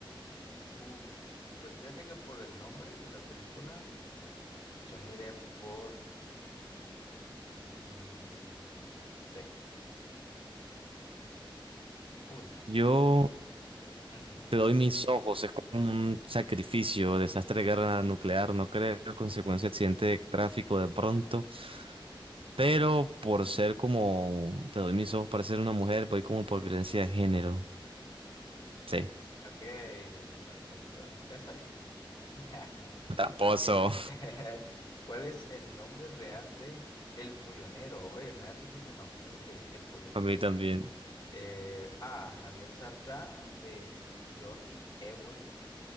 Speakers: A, on the left (about 55°); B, on the right (about 80°).
A: Uf, pues fíjate que por el nombre de la película, yo miré por mm, C. Uy, no.
B: Yo
A: Ujú.
B: te doy mis ojos. Es como un sacrificio, desastre de guerra nuclear, no creo, consecuencia de accidente de tráfico de pronto. Pero por ser como, te doy mis ojos para ser una mujer, voy como por violencia de género. Sí.
A: Ok, perfecto, ya sabía. <laughs>
B: Tramposo.
A: Porque, <laughs> ¿cuál es el nombre real de El Follonero? Oye, me da risa ese nombre. Ok, El
B: <laughs>
A: Follonero.
B: A mí también.
A: Eh, A. Javier Sardá. B. Jordi Évole.